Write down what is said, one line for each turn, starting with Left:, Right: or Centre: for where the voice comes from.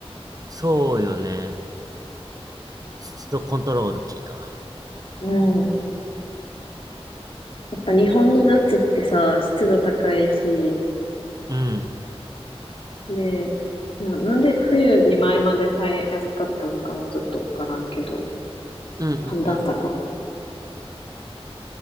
Right: そうよね。湿度コントロールキーか。
Left: うん。やっぱ日本の夏ってさ、湿度高いし、
Right: うん。
Left: で、まあ、なんで冬に前まで生えやすかったのかはちょっとわからんけど、
Right: うんうんうん。
Left: 寒暖差か。